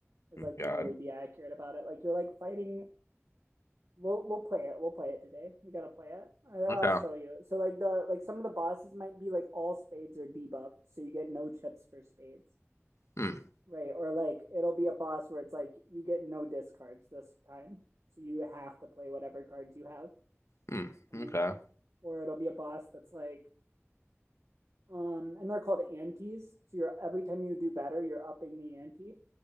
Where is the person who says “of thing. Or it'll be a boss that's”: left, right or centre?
Right